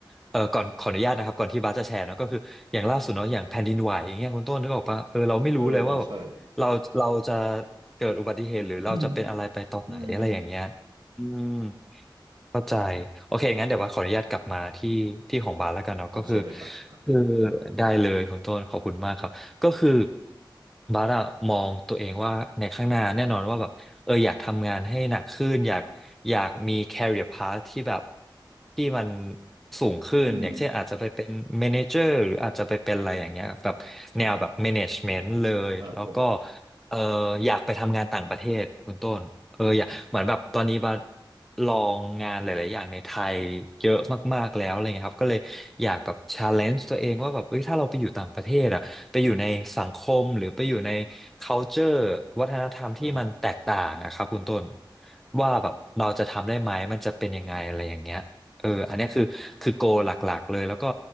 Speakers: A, in the centre; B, on the right.
A: เออก่อนขออนุญาตนะครับก่อนที่บาสจะแชร์เนาะก็คืออย่างล่าสุดเนาะอย่างแผ่นดินไหวอย่างเงี้ยคุณต้นนึกออกปะเออเราไม่รู้เลยว่าแบบเราเราจะ
B: เออใช่
A: เกิดอุบัติเหตุหรือเราจะเป็นอะไรไปตอนไหนอะไรอย่างเงี้ย
B: อืมอม
A: อืม เข้าใจโอเคงั้นเดี๋ยวว่าขออนุญาตกลับมาที่ที่ของบาสแล้วกันเนาะก็คือ
B: อ๋อใช่เลยครับครับ
A: คือได้เลยคุณต้นขอบคุณมากครับก็คือบาสอะมองตัวเองว่าในข้างหน้าแน่นอนว่าแบบเอออยากทำงานให้หนักขึ้นอยากอยากมี career path ที่แบบที่มันสูงขึ้นอย่างเช่นอาจจะไปเป็น
B: อืม
A: manager หรืออาจจะไปเป็นอะไรอย่างเงี้ยแบบแนวแบบ management เลยแล้วก็
B: ครับผม
A: เอออยากไปทำงานต่างประเทศคุณต้น เอออยากเหมือนแบบตอนนี้บาลองงานหลายๆอย่างในไทยเยอะมากๆแล้วอะไรเงี้ยครับก็เลยอยากแบบชาเลนจ์ตัวเองว่าแบบเอ้ยถ้าเราไปอยู่ต่างประเทศอะไปอยู่ในสังคมหรือไปอยู่ใน culture วัฒนธรรมที่มันแตกต่างอะครับคุณต้น
B: ครับ
A: ว่าแบบเราจะทำได้ไหมมันจะเป็นยังไงอะไรอย่างเงี้ย เอออันเนี้ยคือคือโกหลักๆเลย แล้วก็